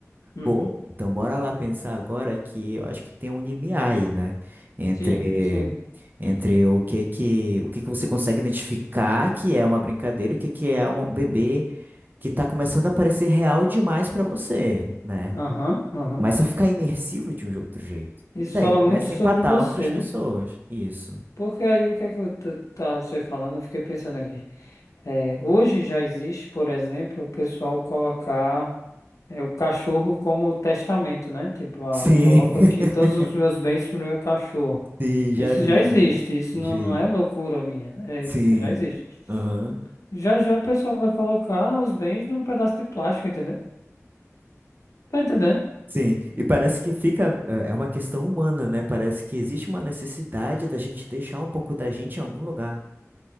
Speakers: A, on the left; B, on the right.
A: Uhum.
B: Pô, então bora lá pensar agora que eu acho que tem um limiar aí, né? Entre,
A: Sim, sim.
B: entre o que que, o que que você consegue identificar que é uma brincadeira e o que que é uma- um bebê que tá começando a parecer real demais pra você, né?
A: Aham, aham.
B: Começa a ficar imersivo de um outro jeito.
A: Isso
B: E daí
A: fala
B: começa
A: muito sobre
B: a empatar
A: você,
B: outras pessoas.
A: né?
B: Isso.
A: Porque aí o que é que eu t- tá você falando, eu fiquei pensando aqui. É, hoje já existe, por exemplo, o pessoal colocar é, o cachorro como testamento, né? Tipo, ah,
B: Sim.
A: coloca aqui
B: <laughs>
A: todos os meus bens pro meu cachorro.
B: Sim, já
A: Isso
B: vi.
A: já existe, isso
B: Já
A: não,
B: vi.
A: não é loucura minha, né? é,
B: Sim.
A: isso já existe.
B: Aham.
A: Já já o pessoal vai colocar os bens num pedaço de plástico, entendeu? Tá entendendo?
B: Sim. E parece que fica. É é uma questão humana, né? Parece que existe uma necessidade da gente deixar um pouco da gente em algum lugar.